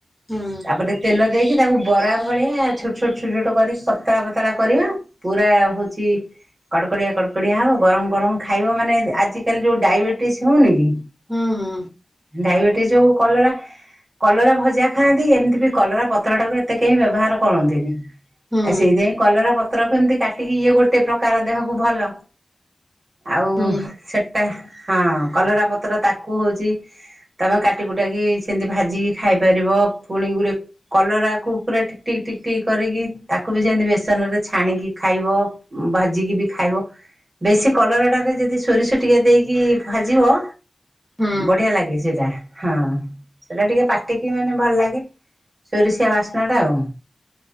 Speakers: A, in the centre; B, on the right.
A: ହୁଁ
B: ତାପରେ ତେଲ ଦେଇକି, ତାକୁ ବରା ଭଳିଆ ଛୋଟ, ଛୋଟ, ଛୋଟ, ଛୋଟ କରିକି ପତଳା ପତଳା କରିବା, ପୁରା ହଉଛି କଡ଼କଡ଼ିଆ, କଡ଼କଡିଆ ହବ, ଗରମ ଗରମ ଖାଇବ ମାନେ, ଆଜିକାଲି ଯୋଉ ଡାଇବେଟିସ୍ ହଉନି କି
A: ହଁ ହଁ।
B: ଡାଇବେଟିସ୍ ଯୋଉ କଲରା କଲରା ଭଜା ଖାଆନ୍ତି, ଏମିତି ବି କଲରା ପତ୍ରଟାକୁ ଏତେ କେହି ବ୍ୟବହାର କରନ୍ତିନି
A: ହୁଁ।
B: ଆଉ ସେଇଥିପାଇଁ କଲରା ପତ୍ରକୁ ଏମିତି କାଟିକି ଇଏ ଗୋଟେ ପ୍ରକାର ଦେହକୁ ଭଲ। ଆଉ
A: ହୁଁ
B: ସେଟା ହଁ କଲରା ପତ୍ର ତାକୁ ହଉଚି ତମେ କାଟିକୁୁଟାକି ସେମିତି ଭାଜିକି ଖାଇପାରିବ ପୁଣି ଗୁରେ କଲରାକୁ ପୁରା ଟିକି ଟିକ୍ ଟିକି ଟିକ୍ କରିକି ତାକୁ ବି ସେନ୍ତି ବେ ତେଲରେ ଛାଣିକି ଖାଇବ ଭାଜିକି ବି ଖାଇବ। ବେଶୀ କଲରାଟାରେ ଯଦି ସୋରିଷ ଟିକେ ଦେଇକି ଭାଜିବ।
A: ହୁଁ ହୁଁ
B: ବଢିଆ ଲାଗେ ସେଟା ହଁ ସେଟା ଟିକିଏ ପାଟିକି ମାନେ ଭଲ ଲାଗେ। ସୋରିଷିଆ ବାସ୍ନା ଟା ଆଉ